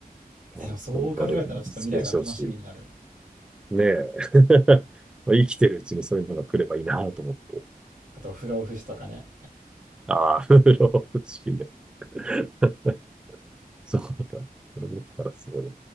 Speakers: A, in the centre; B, on the right.
A: あ、
B: えでもそう考えたらちょっと未来が楽しみになる。
A: 本当あれ、実現してほしい。ねえ。<laughs> まあ生きてるうちにそういうのが来ればいいなと思って。
B: あと不老不死とかね。
A: ああ、<laughs> 風呂欲しいね。<laughs> そうだ。それできたらすごいね。